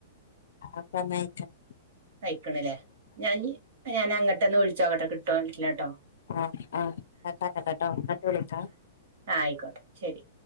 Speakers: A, on the left; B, on the right.
A: അപ്പം <unintelligible>
B: കഴിക്കണില്ലേ ഞാന് ഞാൻ അങ്ങോട്ടന്നെ വിളിച്ചോക്കട്ടെ കിട്ടോനില്ലാട്ടോ.
A: ആഹ് ആഹ് കട്ടാക്കട്ടെട്ടോ എന്നിട്ട് വിളിക്കാ.
B: ആഹ് ആയിക്കോട്ടെ ശെരി.